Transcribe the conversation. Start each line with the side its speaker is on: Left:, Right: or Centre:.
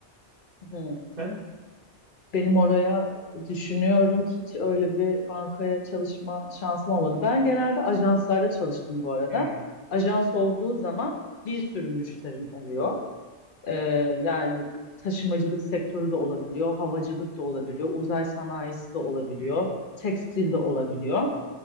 Left: Hı.
Right: Sen?
Left: Benim oraya düşünüyorum hiç öyle bir bankaya çalışma şansım olmadı. Ben genelde ajanslarda çalıştım bu arada.
Right: Hmm,
Left: Ajans olduğu zaman bir sürü müşterin oluyor. Ee, yani taşımacılık sektörü de olabiliyor, havacılık da olabiliyor, uzay sanayisi de olabiliyor,
Right: hmm.
Left: tekstil de olabiliyor.